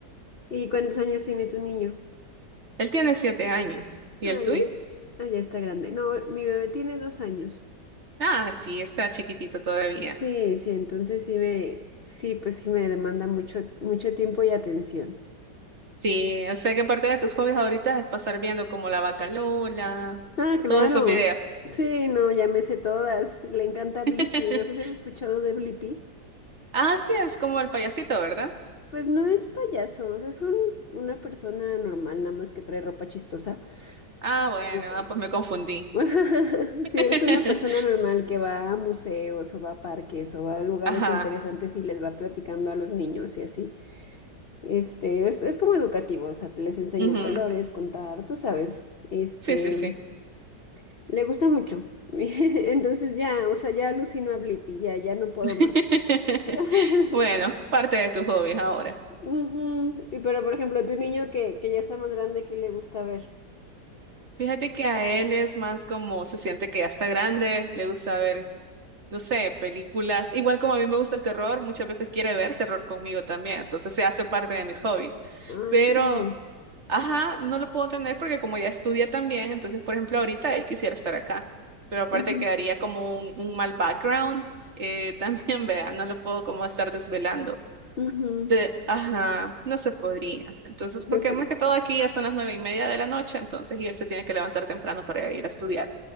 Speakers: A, on the left (about 50°); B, on the right (about 40°).
A: ¿Y cuántos años tiene tu niño?
B: Él tiene siete años, ¿y
A: Ah,
B: el tuyo?
A: ya es. Ah, ya está grande. No, mi bebé tiene dos años.
B: Ah, sí, está chiquitito todavía.
A: Sí, sí, entonces sí me, sí, pues sí me demanda mucho, mucho tiempo y atención.
B: Sí, o sea que parte de tus hobbies ahorita es pasar viendo como la vaca Lola,
A: Ah, claro.
B: todos esos videos.
A: Sí, no, ya me sé todas. Le encanta Blippi.
B: <laughs>
A: No sé si has escuchado de Blippi.
B: Ah, sí, es como el payasito, ¿verdad?
A: Pues no es payaso, o sea, es un- una persona normal, nada más que trae ropa chistosa.
B: Ah, bueno,
A: Pero-
B: ah, pues me confundí.
A: <laughs>
B: <laughs>
A: Sí, es una persona normal que va a museos o va a parques o va a lugares
B: Ajá.
A: interesantes y les va platicando a los niños y así. Este, es, es como educativo, o sea, les enseña
B: ujú,
A: colores, contar, tú sabes, este,
B: Sí, sí, sí.
A: le gusta mucho. <laughs> Entonces ya, o sea, ya alucino a Blippi, ya, ya no puedo
B: <laughs>
A: más. <laughs>
B: Bueno, parte de tus hobbies ahora.
A: Ujú. Y pero, por ejemplo, tu niño que, que ya está más grande, ¿qué le gusta ver?
B: Fíjate que a él es más como se siente que ya está grande, le gusta ver, no sé, películas. Igual como a mí me gusta el terror, muchas veces quiere ver terror conmigo también, entonces se hace parte de mis hobbies.
A: Ay,
B: Pero
A: qué bueno.
B: Ajá, no lo puedo tener porque como ya estudia también, entonces, por ejemplo, ahorita él quisiera estar acá, pero aparte
A: Ujú,
B: quedaría como un, un mal background, eh, <laughs> también, vea, no lo puedo como estar desvelando.
A: ujú,
B: Te- ajá, no se podría. Entonces,
A: <laughs>
B: porque más que todo aquí ya son las nueve y media de la noche, entonces, y él se tiene que levantar temprano para ir a estudiar.